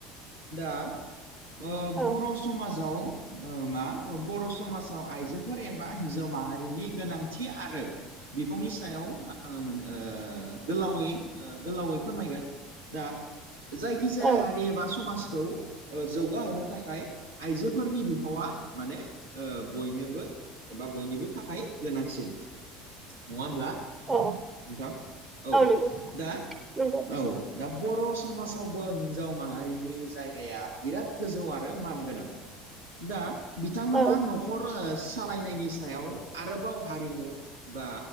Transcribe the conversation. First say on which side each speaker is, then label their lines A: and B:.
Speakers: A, on the right (about 80°); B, on the right (about 20°).
A: दा ओ
B: औ
A: बर' समाजाव ओ मा बर' समाजाव आइजोफोर एबा हिन्जाव माहारिनि गोनांथि आरो बिफंनि सायाव आङो ओ गोलावै गोलावै फोरमायगोन दा जायखिजाया
B: औ
A: हारि एबा समाजखौ ओ जौगाहोनो थाखाय आइजोफोरनि बिहावा माने ओ बयनोबो एबा बयनिबो थाखाय गोनांसिन नङा ओमब्ला
B: औ
A: नोंथां औ
B: नंगौ नोंथां
A: दा
B: नंगौ
A: औ दा बर' समाजावबो हिन्जाव माहारिनि जायगाया बिराद गोजौ आरो मान गोनां दा बिथांमोनहा
B: औ
A: नखर सालायनायनि सायाव आरोबाव हारिमु बा